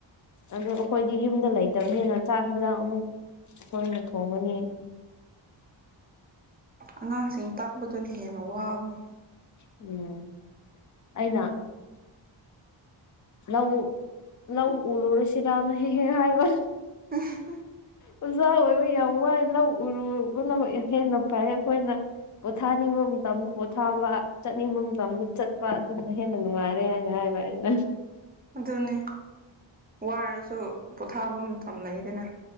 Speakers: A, on the left (about 40°); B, on the right (about 20°).
A: ꯑꯗꯨ ꯑꯩꯈꯣꯏꯗꯤ ꯌꯨꯝꯗ ꯂꯩꯇꯕꯅꯤꯅ ꯆꯥꯛ ꯍꯟꯖꯥꯡ ꯑꯃꯨꯛ ꯑꯩꯈꯣꯏꯅ ꯊꯣꯡꯉꯅꯤ
B: ꯑꯉꯥꯡꯁꯤꯡ ꯇꯥꯛꯄꯗꯨꯅ ꯍꯦꯟꯅ ꯋꯥꯕꯅꯦ
A: ꯎꯝ ꯑꯩꯅ ꯂꯧ ꯂꯧ ꯎꯔꯨꯔꯁꯤꯔꯅ ꯍꯦꯛ ꯍꯦꯛ ꯍꯥꯏꯕ
B: ꯎ
A: ꯑꯣꯖꯥ ꯑꯣꯏꯕ ꯌꯥꯝ ꯋꯥꯏ ꯂꯧ ꯎꯔꯨꯕꯅ ꯍꯦꯟꯅ ꯐꯩ ꯑꯩꯈꯣꯏꯅ ꯄꯣꯊꯥꯅꯤꯡꯕ ꯃꯇꯝꯗ ꯄꯣꯊꯥꯕ ꯆꯠꯅꯤꯡꯕ ꯃꯇꯝꯗ ꯆꯠꯄ ꯑꯗꯨꯗꯨꯅ ꯍꯦꯟꯅ ꯅꯨꯡꯉꯥꯏꯔꯦ ꯍꯥꯏꯅ ꯍꯥꯏꯕ ꯑꯩꯅ
B: ꯑꯗꯨꯅꯤ ꯋꯥꯔꯁꯨ ꯄꯣꯊꯥꯕ ꯃꯇꯝ ꯂꯩꯗꯅ